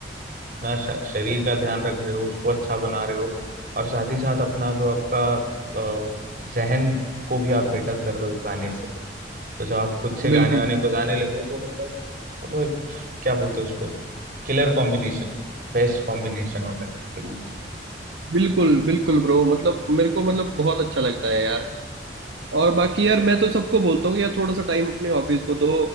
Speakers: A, on the right; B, on the right.
A: अपना श- शरीर का ध्यान रख रहे हो उसको अच्छा बना रहे हो और साथ ही साथ अपना जो आपका अ, जहन को भी आप बेटर कर रहे हो गाने से तो जब आप खुद से गाने
B: बिल्कुल
A: वाने
B: बिल्कुल
A: बजाने लगो तो मतलब वो तो एक क्या बोलते हैं उसको किलर कॉम्बिनेशन बेस्ट कॉम्बिनेशन होता है फिर वो तो
B: बिल्कुल बिल्कुल ब्रो मतलब मेरे को मतलब बहुत अच्छा लगता है यार और बाकी यार मैं तो सबको बोलता हूँ कि यार थोड़ा सा टाइम अपनी हॉबीज को दो